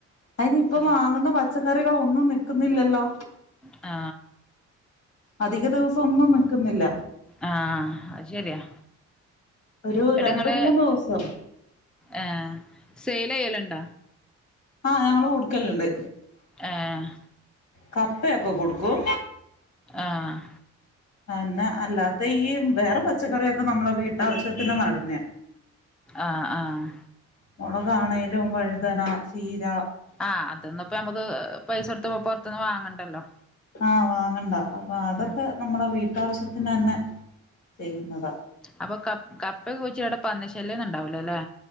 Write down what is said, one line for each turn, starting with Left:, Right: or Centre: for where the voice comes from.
Left: അയിന് ഇപ്പൊ
Centre: ആഹ്
Left: വാങ്ങുന്ന പച്ചക്കറികളോ ഒന്നു നിക്കുന്നില്ലല്ലോ
Centre: ആ
Left: അധിക ദിവസം ഒന്നും നിക്കുന്നില്ല
Centre: ആ അത് ശരിയാ
Left: ഒരു
Centre: എന്നിട്ട്
Left: രണ്ടുമൂന്നു
Centre: ഇങ്ങള്
Left: ദിവസം
Centre: ഏഹ് സെയിൽ ചെയ്യലുണ്ടാ
Left: ആഹ് ഞങ്ങള് കൊടുക്കലുണ്ട്
Centre: ഏഹ്
Left: കപ്പയൊക്കെ കൊടുക്കും
Centre: ആഹ്
Left: അതന്ന അല്ലാതെ ഈ വേറെ പച്ചക്കറിയൊക്കെ നമ്മളെ വീട്ടാവശ്യത്തിന നടുന്നേ
Centre: ആഹ് ആഹ്
Left: മുളകാണേലും വഴുതന ചീര
Centre: ആ അതൊന്നും ഇപ്പ നമുക്ക് പരിസരത്ത് പുറത്തൊന്നു വാങ്ങണ്ടല്ലോ
Left: ആ വാങ്ങണ്ട അപ്പ അതൊക്കെ
Centre: ഉം
Left: നമ്മള വീട്ട് വീട്ടാവശ്യത്തിന് തന്നെ ചെയ്യുന്നതാ
Centre: അപ്പൊ കപ്പ കപ് പ്പ അവിടെ പന്നി ശല്യൊന്നും ഉണ്ടാവൂലല്ലേ